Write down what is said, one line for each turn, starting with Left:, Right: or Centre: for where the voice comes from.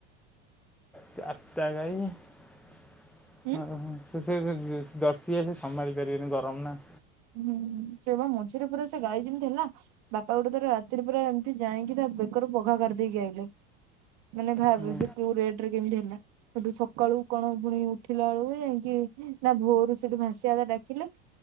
Centre: ଚାରିଟା ଗାଈ ଓହ
Right: ଉଁ
Centre: ତୁ ସେ ଦର୍ଶି ଗାଈ ସେ ସମ୍ଭାଳି ପାରିବେନି ଗରମ ନା।
Right: ହୁଁ ହୁଁ ସେ ବା ମଝିରେ ପୁରା ସେ ଗାଈ ଯେମିତି ହେଲା। ବାପା ଗୋଟେ ତର ରାତିରେ ପୁରା ଏମିତି ଯାଇକି ତା ବେକରୁ ପଘା କରିଦେଇକି ଆଇିଲେ। ମାନେ ଭାବେ
Centre: ହଁ
Right: ସେ କଉ ରେଟରେ କେମତି ହେଲା। ସେଠୁ ସକାଳୁ କଣ ଫୁଣି ଉଠିଲା ବେଳକୁ ଯାଇଁକି ନା ଭୋରୁ ସେଠୁ ଭାସିଆ ଦା ଡ଼ାକିଲେ